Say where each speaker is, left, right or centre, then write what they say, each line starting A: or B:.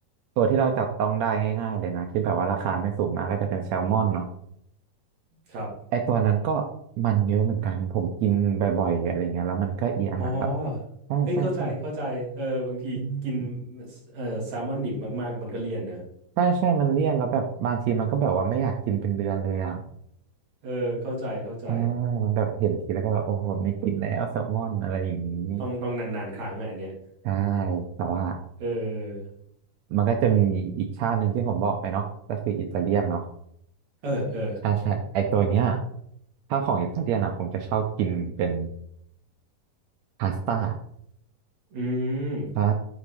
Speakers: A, on the right; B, on the right.
A: ตัวที่เราจับต้องได้ง่ายๆเลยนะที่แบบว่าราคาไม่สูงมากก็จะเป็นแซลมอนเนาะ
B: ครับ
A: ไอตัวนั้นก็มันเยอะเหมือนกันผมกินบ่อยๆอะไรเงี้ยแล้วมันก็เอียนนะครับ
B: อ๋อ
A: ใช่ใช่ใช่
B: เอ้ยเข้าใจเข้าใจเออบางทีกิน
A: อืม
B: เอ่อแซลมอนดิบมากๆมันก็เลี่ยนเนอะ
A: ใช่ใช่มันเลี่ยนแล้วแบบบางทีมันก็แบบว่าไม่อยากกินเป็นเดือนเลยอ่ะ
B: เออเข้าใจเข้าใจ
A: อ่ามันแบบเห็นทีแล้วก็แบบโอ้โหไม่กินแล้วแซลมอนอะไรอย่างนี้
B: ต้องต้องนานๆครั้งอ่ะอันเนี้ย
A: ใช่ แต่ว่า
B: เออ
A: มันก็จะมีอีกชาติหนึ่งที่ผมบอกไปเนาะก็คืออิตาเลียนเนาะ
B: เออเออ
A: ใช่ใช่ ไอตัวเนี้ยถ้าของอิตาเลียนอ่ะผมจะชอบกินเป็นพาสต้า
B: อืม
A: ใช่